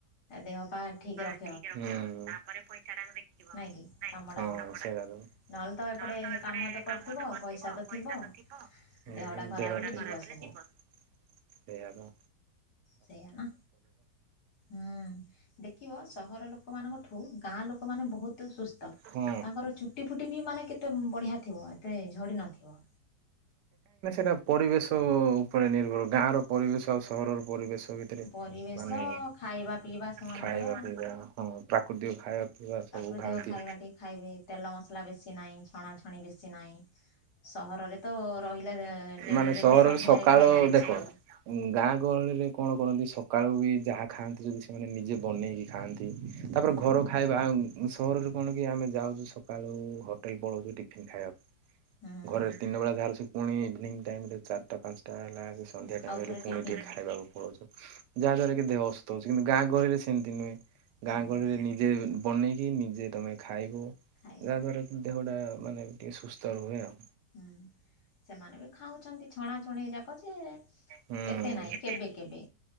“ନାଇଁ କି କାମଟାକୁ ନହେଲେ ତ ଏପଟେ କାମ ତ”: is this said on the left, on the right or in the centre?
Left